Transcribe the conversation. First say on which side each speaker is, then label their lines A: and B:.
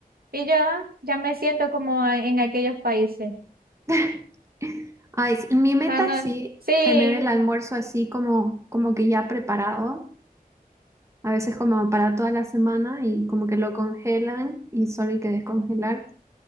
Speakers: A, on the right; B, on the right.
A: Y yo ah, ya me siento como en aquellos países.
B: <laughs> Ay, sí, mi meta
A: Cuando,
B: es sí
A: sí,
B: tener el almuerzo así como, como que ya preparado, a veces como para toda la semana y como que lo congelan y solo hay que descongelar.